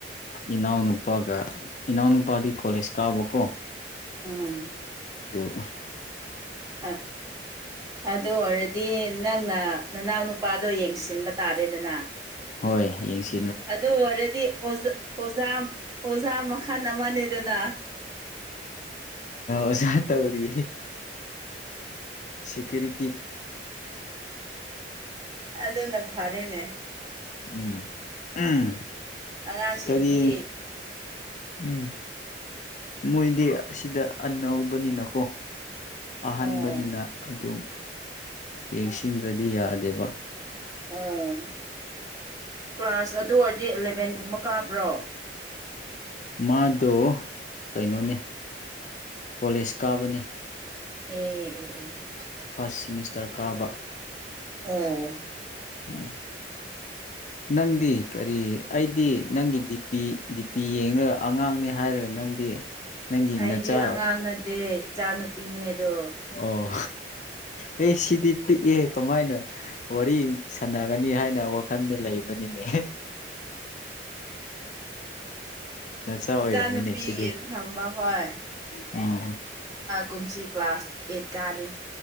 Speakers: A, on the left; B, on the right.
A: ꯏꯅꯥꯎ ꯅꯨꯄꯥꯒ ꯏꯅꯥꯎꯅꯨꯄꯥꯗꯤ ꯀꯣꯂꯦꯖ ꯀꯥꯕꯀꯣ
B: ꯎꯝ
A: ꯑꯣ
B: ꯑ ꯑꯗꯨ ꯋꯥꯔꯗꯤ ꯅꯪꯅ ꯅꯅꯥꯎ ꯅꯨꯄꯥꯗꯣ ꯌꯦꯡꯁꯤꯟꯕ ꯇꯥꯔꯦꯗꯅ
A: ꯍꯣꯏ ꯌꯦꯡꯁꯤ
B: ꯑꯗꯨ ꯑꯣꯏꯔꯗꯤ ꯑꯣꯖꯥ ꯑꯣꯖꯥ ꯃꯈꯜ ꯑꯃꯅꯦꯗꯅ
A: ꯑ ꯁꯥ ꯇꯧꯔꯤꯌꯦ ꯁꯤꯀꯤꯔꯤ
B: ꯑꯗꯨꯅ ꯐꯔꯦꯅꯦ
A: ꯎꯝ ꯎꯝ
B: ꯑꯉꯥꯡꯁꯤꯡꯗꯤ
A: ꯀꯔꯤ ꯎꯝ ꯃꯣꯏꯗꯤ ꯑꯁꯤꯗ ꯑꯅꯧꯕꯅꯤꯅꯀꯣ ꯑꯍꯥꯟꯕꯅꯤꯅ
B: ꯑꯣ
A: ꯑꯗꯨꯝ ꯌꯦꯡꯁꯤꯟꯗ꯭ꯔꯗꯤ ꯌꯥꯗꯦꯕ
B: ꯑꯣ ꯀ꯭ꯂꯥꯁ ꯑꯗꯨ ꯑꯣꯏꯔꯗꯤ ꯑꯦꯂꯦꯚꯦꯟꯒꯨꯝꯕ ꯀꯥꯕ꯭ꯔꯣ
A: ꯃꯥꯗꯣ ꯀꯩꯅꯣꯅꯦ ꯀꯣꯂꯦꯖ ꯀꯥꯕꯅꯤ
B: ꯑ‌ꯦ ꯑꯦ ꯑ‌ꯦ
A: ꯐꯥꯔꯁ ꯁꯤꯃꯤꯁꯇꯔ ꯀꯥꯕ
B: ꯑꯣ
A: ꯎꯝ ꯅꯪꯗꯤ ꯀꯔꯤ ꯑꯩꯗꯤ ꯅꯪꯒꯤ ꯗꯤ ꯄꯤ ꯗꯤꯄꯤ ꯌꯦꯡꯅ ꯑꯉꯥꯡꯅꯤ ꯍꯥꯏꯔꯒ ꯅꯪꯗꯤ ꯅꯪꯒꯤ ꯅꯆꯥ
B: ꯑꯩꯗꯤ ꯑꯉꯥꯡ ꯅꯠꯇꯦ ꯏꯆꯥ ꯅꯨꯨꯄꯤꯅꯦꯗꯣ
A: ꯑꯣ ꯑꯦ ꯁꯤꯗꯤ ꯄꯤꯛꯑꯦ ꯀꯃꯥꯏꯅ ꯋꯥꯔꯤ ꯁꯥꯟꯅꯒꯅꯤ ꯍꯥꯏꯅ ꯋꯥꯈꯜꯗ ꯂꯩꯕꯅꯤꯅꯦ ꯅꯆꯥ ꯑꯣꯏꯔꯝꯃꯤꯅꯦ
B: ꯏꯆꯥ ꯅꯨꯨꯄꯤ
A: ꯁꯤꯗꯤ
B: ꯊꯝꯕ ꯍꯣꯏ
A: ꯎꯝ
B: ꯀꯨꯝꯁꯤ ꯀ꯭ꯂꯥꯁ ꯑꯦꯠ ꯀꯥꯔꯤ